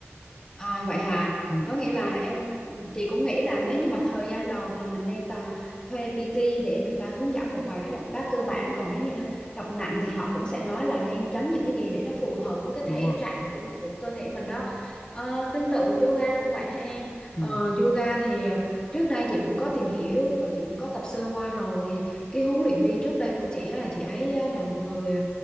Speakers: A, on the left; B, on the left.
A: À vậy hà,
B: ừ
A: có nghĩa là em chị cũng nghĩ là nếu như mà thời gian đầu thì mình nên ta thuê PT để người ta hướng dẫn một vài cái động tác cơ bản còn nếu như tập nặng thì họ cũng sẽ nói là nên tránh những cái gì để nó phù hợp với cái
B: đúng
A: thể
B: rồi
A: trạng của của cơ thể mình đó. Ờ, tương tự yoga cũng vậy đó em.
B: ừ
A: Ờ, yoga thì trước đây chị cũng có tìm hiểu và chị cũng có tập sơ qua rồi thì cái huấn luyện viên trước đây của chị á là chị ấy á là một người